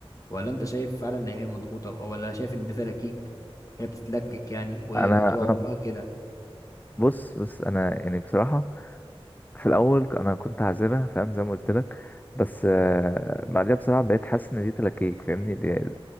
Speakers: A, on the left; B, on the left.
A: ولا انت شايف فعلا ان هي مضغوطة ولا شايف ان ده تلاكيك هي بتتلكك يعني وهي
B: انا
A: طول عمرها
B: انا
A: كده
B: بص بص انا يعني بصراحة في الاول انا كنت عازلة فاهم زي ما قلت لك بس آه بعدها بصراحة بقيت حاسس ان دي تلاكيك فاهمني دي-